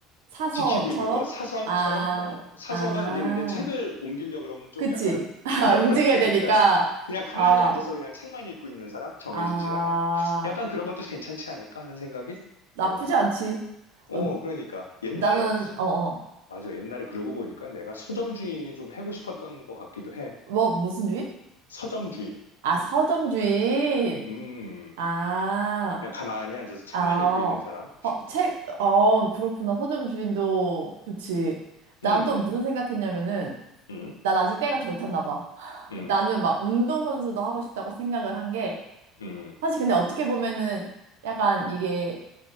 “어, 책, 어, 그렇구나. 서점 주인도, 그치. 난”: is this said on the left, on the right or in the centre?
Right